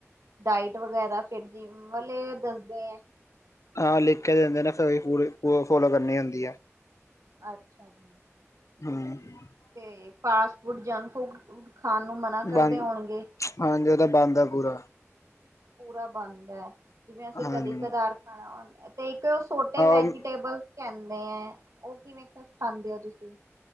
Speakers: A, on the right (about 85°); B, on the left (about 80°).
A: ਡਾਇਟ ਵਗੈਰਾ ਫੇਰ ਜਿਮ ਵਾਲੇ ਦੱਸਦੇ ਐ।
B: ਹਾਂ, ਲਿਖਕੇ ਦੇਂਦੇ ਨੇ ਫੇਰ ਏਕ ਵ ਫੋਲੋ ਕਰਨੀ ਹੋਂਦੀ ਆ
A: ਅੱਛਾ ਜੀ।
B: ਹੂੰ।
A: ਤੇ ਫਾਸਟ ਫੂੜ, ਜੰਕ ਫੂੜ ਖਾਨ ਨੂੰ ਮਨਾ
B: ਬੰਦ
A: ਕਰਦੇ ਹੋਣਗੇ?
B: ਹਾਂਜੀ, ਓ ਤਾ ਬਾਂਦ ਆ ਪੂਰਾ।
A: ਪੂਰਾ ਬਾੰਦ ਐ, ਜਿਵੇਂ ਅਸੀਂ
B: ਹਾਂਜੀ
A: ਕਦੀ ਕਦਾਰ ਖਾਣਾ ਹੋਂਦੈ ਤੇ ਇੱਕ ਓ ਸੋਟੇ
B: ਆਹ
A: ਵੈਜੀਟੇਬਲਸ ਆਂਦੈ, ਓ ਕਿਵੇਂ ਖਾਂਦੇ ਓ ਤੁਸੀਂ?